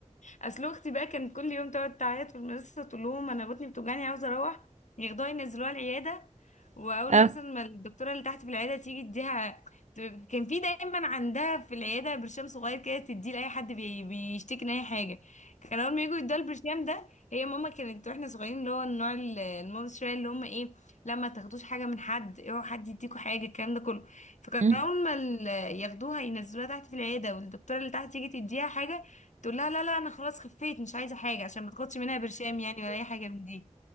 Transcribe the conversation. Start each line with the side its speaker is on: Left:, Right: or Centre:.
Left: اصل اختي بقى كانت كل يوم تقعد تعيط في المدرسه تقول لهم انا بطني بتوجعني عاوزه اروح ياخدوها ينزلوها العياده واول
Right: <laughs> اه
Left: مثلا ما الدكتوره اللي تحت في العياده تيجي اديها ت- كان في دايما عندها في العياده برشام صغير كده تديه لاي حد بي... بيشتكي من اي حاجه كان اول ما يجوا يدوها البرشام ده هي ماما كانت واحنا صغيرين اللي هو النوع ال- الماما شويه اللي هم ايه لما تاخدوش حاجه من حد اوعوا حد يديكوا حاجه الكلام ده كله فكان
Right: مم.
Left: اول ما ال- ياخدوها ينزلوها تحت في العياده والدكتوره اللي تحت تيجي تديها حاجه تقول لها لا لا انا خلاص خفيت مش عايزه حاجه عشان ما تاخدش منها برشام يعني ولا اي حاجه من دي